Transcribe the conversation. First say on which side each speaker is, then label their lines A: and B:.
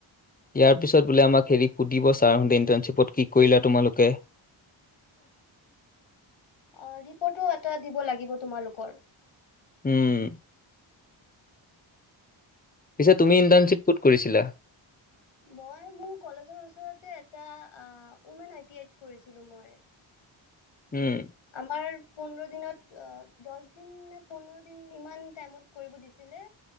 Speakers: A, on the left; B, on the left.
A: ইয়াৰ পিছত বোলে আমাক হেৰি সুধিব ছাৰহঁতে ইণ্টাৰ্ণশ্বিপত কি কৰিলা তোমালোকে।
B: অ', ৰিপৰ্টো এটা দিব লাগিব তোমালোকৰ।
A: উম। পিছে তুমি ইণ্ট্ণশ্বিপ ক'ত কৰিছিলা?
B: মই মোৰ কলেজৰ ওচৰতে এটা উমেন আই টি আইট কৰিছিলো মই।
A: উম।
B: আমাৰ পোন্ধৰ দিনত দহ দিন নে পোন্ধৰ দিন ইমান টাইমত কৰিব দিছিলে।